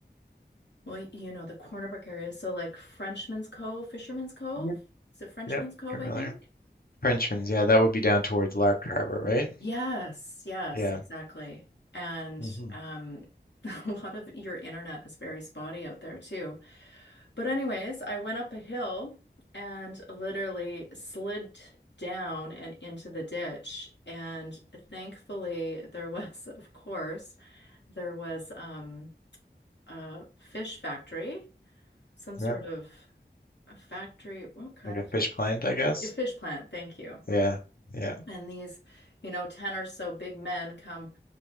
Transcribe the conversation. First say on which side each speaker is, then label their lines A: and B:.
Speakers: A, on the left; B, on the left.
A: Well, y- you know, the Cornerback area. So like Frenchman's Cove, Fisherman's Cove.
B: Yeah.
A: Is it Frenchman's
B: Yep,
A: Cove,
B: familiar.
A: I think?
B: Frenchman's, yeah, that would be down towards Lark Harbor, right?
A: Yes, yes,
B: Yeah.
A: exactly. And
B: hmm
A: um <laughs> a lot of your internet is very spotty out there too. But anyways, I went up a hill and literally slid down and into the ditch. And thankfully there was, <laughs> of course, there was um a fish factory, some sort
B: Yeah,
A: of a factory. What kind
B: like a
A: of
B: fish
A: fish?
B: plant, I guess.
A: A fish plant, thank you.
B: Yeah, yeah,
A: And these, you know, 10 or so big men come